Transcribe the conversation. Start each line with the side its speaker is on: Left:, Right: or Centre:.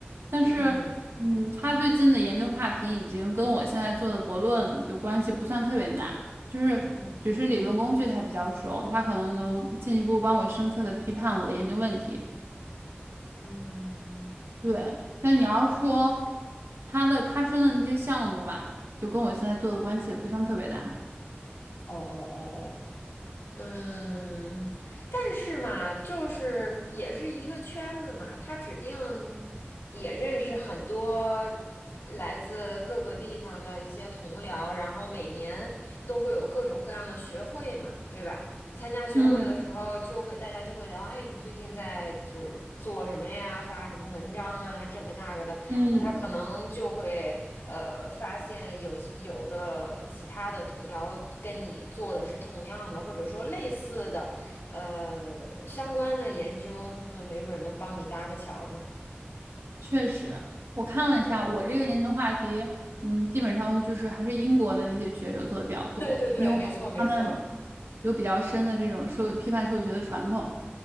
Right: 但是，
Left: 嗯
Right: 嗯，他最近的研究话题已经跟我现在做的博论就关系不算特别大，就是只是理论工具他比较熟，
Left: 嗯
Right: 他可能能进一步帮我深刻的批判我的研究问题。
Left: 嗯。
Right: 对，但你要是说
Left: 吧。
Right: 他的他申的那些项目吧，就跟我现在做的关系也不算特别大。
Left: 哦哦哦哦哦，嗯，但是嘛，就是也是一个圈子嘛，他指定也认识很多来自各个地方的一些同僚，然后每年都会有各种各样的学会嘛，对吧？你参加学会的时候，
Right: 嗯
Left: 就会大家就会聊，哎，你最近在就是做什么呀，发什么文章啊，这个那个的。
Right: 嗯，
Left: 那他可能就会呃发现有些有的其他的同僚跟你做的是同样的，或者说类似的呃相关的研究，那没准儿能帮你搭个桥儿呢。
Right: 确实，我看了一下，
Left: 对，
Right: 我这个研究话题，嗯，基本上就是还是英国的那些学者做的比较多，
Left: 对对对，
Right: 因为我感觉他们
Left: 没错没错。
Right: 有比较深的这种社会批判社会学的传统。